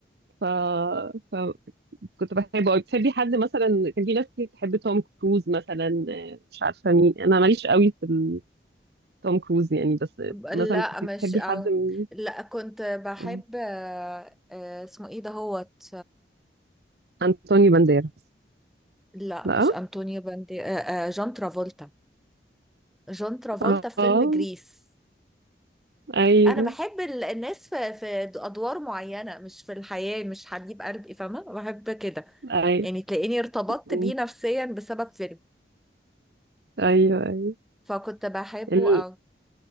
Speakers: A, on the right (about 65°); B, in the centre.
A: ف... فكنت بحبه قوي بتحبي حد مثلا كان في ناس كتير بتحب توم كروز مثلا آه، مش عارفه مين انا ماليش قوي في ال- توم كروز يعني بس
B: ب- لا
A: مثلا كنت
B: مش
A: بتحبي
B: أو
A: حد من
B: لا كنت بحب
A: آه،
B: آه آه اسمه ايه ده هوت
A: انطونيو بانديراس
B: لا
A: لا
B: مش انطونيو باندي آه، آه، جون ترافولتا جون ترافولتا
A: اه
B: في فيلم
A: آه،
B: جريس
A: ايوه
B: انا بحب ال- الناس في في ادوار معينه مش في الحياه مش حبيب قلبي فاهمه بحب كده
A: ايوه
B: يعني تلاقيني ارتبطت
A: أمم،
B: بيه نفسيا بسبب فيلم
A: ايوه
B: فكنت بحبه
A: ايوه
B: او